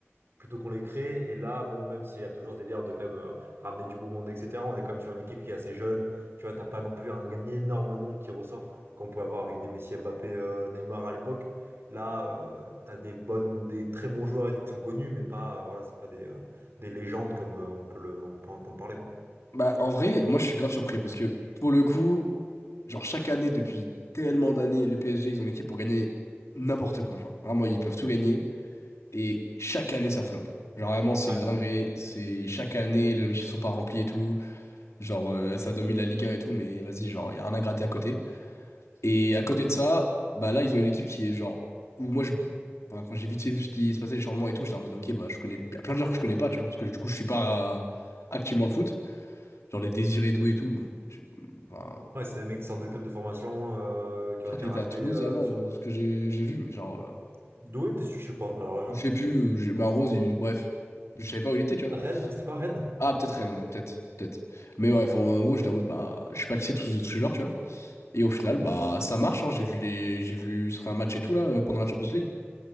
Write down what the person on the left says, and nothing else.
Bah, en vrai, moi, je suis grave surpris parce que pour le coup, genre, chaque année, depuis tellement d'années, le PSG, ils ont l'équipe pour gagner n'importe quoi. Genre, vraiment, ils peuvent tout gagner et chaque année, ça flop. Genre, vraiment, c'est
une dinguerie. C'est chaque année, les objectifs sont pas remplis et tout. Genre, euh, ça domine la Ligue 1 et tout, mais vas-y, genre, il y a rien à gratter à côté. Et à côté de ça, bah là, ils ont une équipe qui est genre. Où moi, je... enfin, quand j'ai vite fait vu ce qui se passait, les changements et tout, j'étais en mode, ok, bah, je connais il y a plein de joueurs que je connais pas, tu vois. Parce que du coup, je suis pas euh, activement le foot. Genre les Désiré Doué et tout. Je, enfin,
je
crois
qu'il
était à Toulouse
avant,
euh,
de ce que j'ai j'ai vu. Mais genre. euh,
Ou je sais plus. Ou je- Mais en Rose, il- bref. Je savais pas où il était, tu vois.
Ah, peut-être Rennes, ouais, peut-être. Peut-être. Mais bref, en en gros, j'étais en mode, bah, je sais pas qui c'est tous tous ces joueurs, tu vois. Et au final, bah, ça marche, hein. J'ai vu les... j'ai vu ce un match et tout, là, euh, pendant la Champions League.